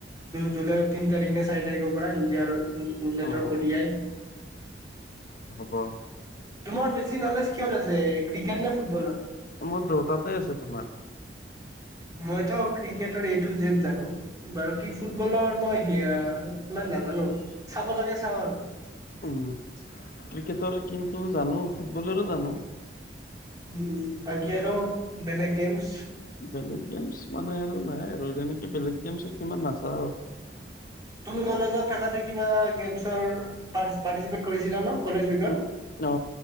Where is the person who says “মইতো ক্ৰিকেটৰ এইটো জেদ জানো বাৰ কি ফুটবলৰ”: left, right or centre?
Right